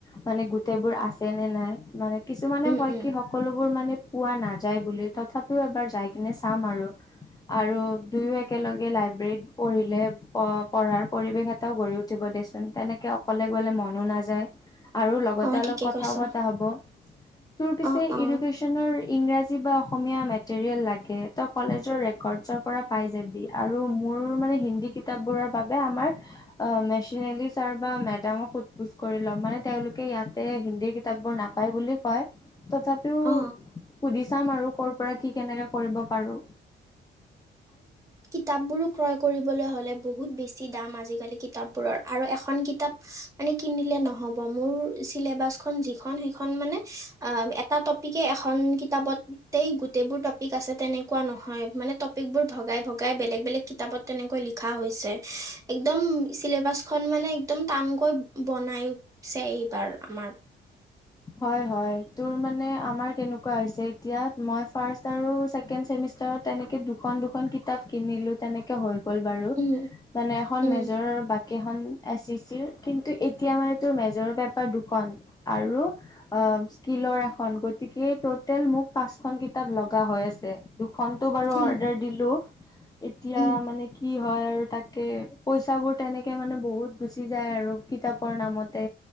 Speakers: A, on the left (about 20°); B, on the right (about 15°).
A: মানে গোটেই বোৰ আছে নে নাই মানে কিছুমানে
B: উম
A: কয়
B: উম
A: কি সকলোবোৰ মানে পোৱা নাযায় বুলি তথাপিও এবাৰ যাই কিনে চাম আৰু আৰু দুয়ো একেলগে লাইব্ৰেৰীত পঢ়িলে প পঢ়াৰ পৰিৱেশ এটাও গঢ়ি উঠিব দেচোন তেনেকে অকলে লে মনো নাযায় আৰু লগতে
B: অ
A: অলপ
B: ঠিকে
A: কথাও
B: কৈছ
A: পতা হ'ব তোৰ পিছে
B: অ অ
A: এডুকেশ্যনৰ ইংৰাজী বা অসমীয়া ম য়েল লাগে ত কলেজৰ ৰেকৰ্ডৰ পৰা পাই যাবি আৰু মোৰ মানে হিন্দী কিতাপ বোৰ বাবে আমাৰ মেচেনেৰী চাৰ্ভাৰ মেডামক সোধ পোজ কৰি ল'ম মানে তেওঁলোকে ইয়াতে হিন্দী কিতাপ বোৰ নাপায় বুলি কয়। তথাপিও
B: অ
A: সুধি চাম আৰু কৰ পৰা কি কেনেকে কৰিব পাৰো
B: কিতাপ বোৰ ক্ৰয় কৰিব হলে বহুত বেছি দাম আজিকালি কিতাপবোৰৰ আৰু এখন মানে কিনিলে নহব মোৰ চিলেবাচখন যিখন সেইখন মানে অ এটা টপিকে এখন কিতাপতেই গোটেইবোৰ টপিক আছে তেনেকুৱা নহয় মানে ভগাই ভগ বেলেগ বেলেগ কিতাপত তেনেকৈ লিখা হৈছে একমেবা মানে একদম টানকৈ বনাইছে এইবাৰ আমাৰ
A: হয় হয় তো মানে আমাৰ এনেকুৱা হৈছে এতিয়া মই ফাৰ্ষ্ট আৰু চেকেণ্ড চেমিষ্টাৰ তেনেকে দুখন দুখন কিতাপ কিনিলো তেনেকে হল গল বাৰু
B: উম
A: মানে এখন
B: উম
A: মেজৰ ব কেইখন এছ চি চিৰ কিন্তু এতিয়া মানে তোৰ মেজৰৰ বেপাৰ দুখন আৰু অ স্কিলৰ এখন গতিকে তত টোটল মোক পাচখন কিতাপ লগা হৈ আছে দুখনো বাৰু
B: উম
A: অৰ্ডাৰ দিলো এতিয়া
B: উম
A: মানে কি হয় আৰু তাকে পইচা বোৰ তেনেকে মানে বহুত গুছি যায় আৰু কিতাপৰ নামতে